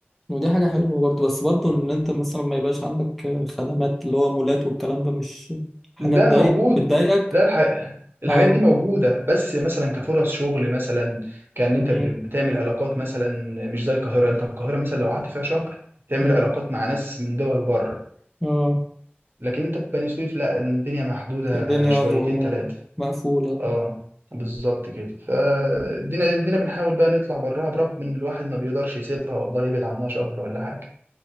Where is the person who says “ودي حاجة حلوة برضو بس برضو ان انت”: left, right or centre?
Centre